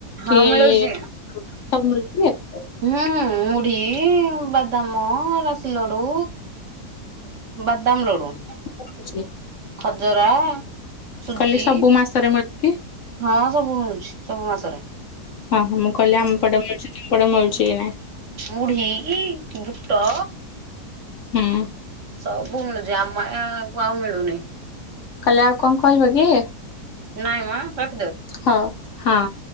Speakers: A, on the right (about 55°); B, on the left (about 60°).
A: ହଁ
B: କି
A: ମିଳୁଛି।
B: ଏଇ ସବୁ ମିଳଛି ଆଉ।
A: ହୁଁ, ମୁଢି, ବାଦାମ ରସ ଲୋଡୁ, ବଦାମ ଲୋଡୁ।
B: ି <unintelligible>
A: ଖଜରା, ସୁଜି
B: କହିଲି ସବୁ ମାସରେ ମିଳୁଛି?
A: ହଁ ସବୁ ମିଳୁଛି। ସବୁ ମାସରେ।
B: ହଁ ହଁ ମୁଁ କହିଲି ଆମପଟେ ମିଳୁଛି। ସେ ପଟେ ମିଳୁଛି କି ନାଇଁ।
A: ମୁଢି, ବୁଟ
B: ହୁଁ
A: ସବୁ ମିଳୁଛି ଆମା ଆକୁ ଆଉ ମିଳୁନି।
B: କାଲି ଆଉ କଣ କହିବ କି?
A: ନାଇଁ ମ ରଖିଦେଉଚି।
B: ହଉ ହାଁ।